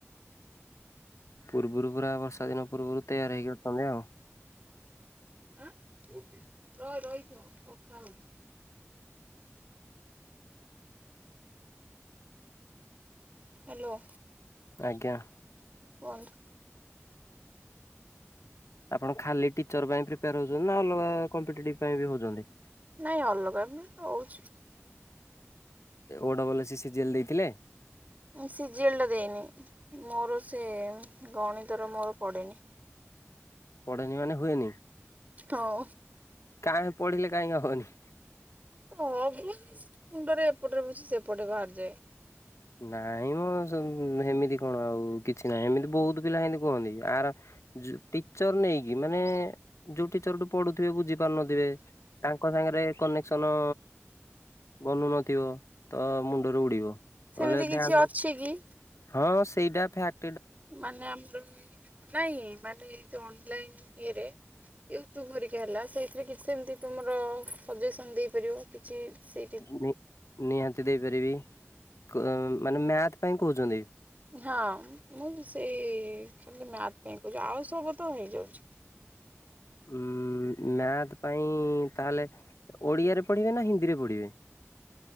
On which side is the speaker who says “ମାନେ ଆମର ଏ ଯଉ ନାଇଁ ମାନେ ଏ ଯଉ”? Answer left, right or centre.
Right